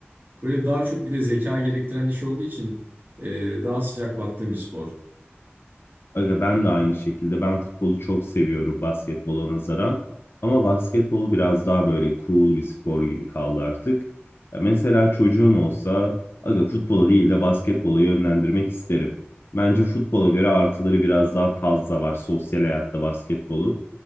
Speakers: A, on the right; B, on the left.
A: böyle daha çok bir de zeka gerektiren iş olduğu için e, daha sıcak baktığım bir spor.
B: Aga ben de aynı şekilde. Ben futbolu çok seviyorum basketbola nazaran. Ama basketbol biraz daha böyle cool bir spor gibi kaldı artık. Ya mesela çocuğum olsa aga futbola değil de basketbola yönlendirmek isterim. Bence futbola göre artıları biraz daha fazla var sosyal hayatta basketbolu.